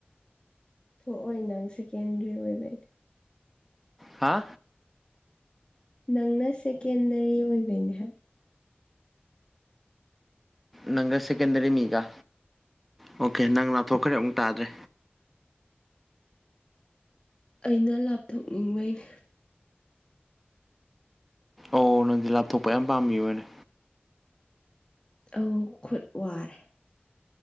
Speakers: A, on the left; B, in the centre.
A: ꯊꯣꯛꯑꯣꯏ ꯅꯪ ꯁꯦꯀꯦꯟꯗ꯭ꯔꯤ ꯑꯣꯏꯕꯩꯅꯦ
B: ꯍꯥ
A: ꯅꯪꯅ ꯁꯦꯀꯦꯟꯗꯔꯤ ꯑꯣꯏꯕꯩꯅꯦ ꯍꯥꯏꯕ
B: ꯅꯪꯒ ꯁꯦꯀꯦꯟꯗꯔꯤ ꯃꯤꯒ ꯑꯣꯀꯦ ꯅꯪ ꯂꯥꯞꯊꯣꯛꯈ꯭ꯔꯦ ꯑꯃꯨꯛ ꯇꯥꯗ꯭ꯔꯦ
A: ꯑꯩꯅ ꯂꯥꯞꯊꯣꯛꯅꯤꯡꯕꯩꯅꯤ
B: ꯑꯣ ꯅꯪꯗꯤ ꯂꯥꯞꯊꯣꯛꯄ ꯌꯥꯝ ꯄꯥꯝ ꯃꯤꯑꫭꯏꯔꯦ
A: ꯑꯧ ꯈꯨꯠ ꯋꯥꯔꯦ